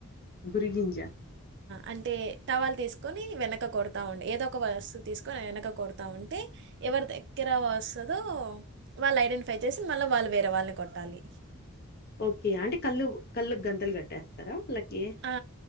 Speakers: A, on the left (about 45°); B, on the right (about 55°).
A: కురిగింజ
B: అంటే టవాలు తీసుకొని వెనక కొడుతా ఉండి ఏదో ఒక వస్తువు తీసుకొని వెనక కొడుత ఉంటే ఎవరి దగ్గర వస్తదో వాళ్ళు ఐడెంటిఫై చేసి మళ్ళీ వాళ్ళు వేరే వాళ్ళని కొట్టాలి
A: ఓకే అంటే కళ్ళు కళ్ళు గంతలు కట్టేస్తారా వాళ్ళకి
B: ఆ